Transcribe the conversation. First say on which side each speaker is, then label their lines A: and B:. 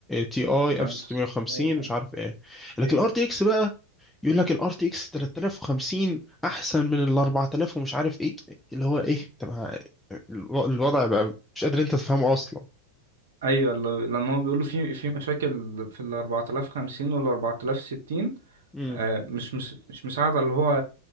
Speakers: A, in the centre; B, on the right.
A: تي اي
B: ألف
A: 1650
B: وتسعمية
A: مش عارف ايه
B: وخمسين.
A: لكن ال RTX بقى يقول لك ال RTX 3050 احسن من ال 4000 ومش عارف ايه اللي هو ايه طب ه- الو- الوضع بقى مش قادر انت تفهمه اصلا
B: ايوه ل- لان هو بيقولوا في في مشاكل في ال 4050 وال 4060
A: امم
B: آه، مش مش مش مساعدة اللي هو